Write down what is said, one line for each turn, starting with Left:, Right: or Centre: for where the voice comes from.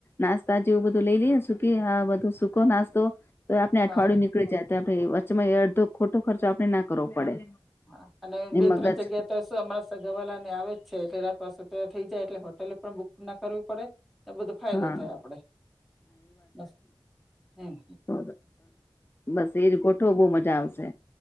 Left: નાસ્તા જેવું બધું લઈ લઈએ સુકી આ બધું સુકો નાસ્તો તો આપણે અઠવાડિયું
Centre: હા
Left: નીકળી જાય તો આપણે વચ્ચમાં એ અડધો ખોટો ખર્ચો આપણે ના કરવો પડે.
Centre: હા અને
Left: એ
Centre: બે
Left: મગજ
Centre: ત્રણ જગ્યાએ તો શું અમારા સગાવાલા ને આવે જ છે એટલે રાત પા થઈ જાય એટલે હોટેલે પણ બુક ના કરવી પડે. એ બધો ફાયદો
Left: હા
Centre: થાય આપડે બસ હમ
Left: તો બસ એજ ગોઠો વો બહુ મજા આવશે.